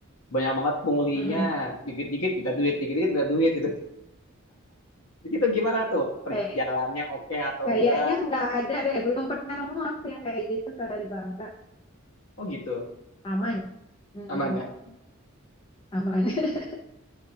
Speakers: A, on the left (about 85°); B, on the left (about 25°).
A: banyak banget punglinya
B: mm-mm.
A: dikit-dikit minta duit dikit-dikit minta duit itu <laughs> itu gimana tuh perjalannya
B: Kayak,
A: oke atau
B: kayaknya
A: enggak
B: nggak ada deh. Belum pernah nemu aku yang kayak gitu kalau di Bangka.
A: oh gitu
B: Aman. Mm-mm,
A: aman ya
B: Aman. <laughs>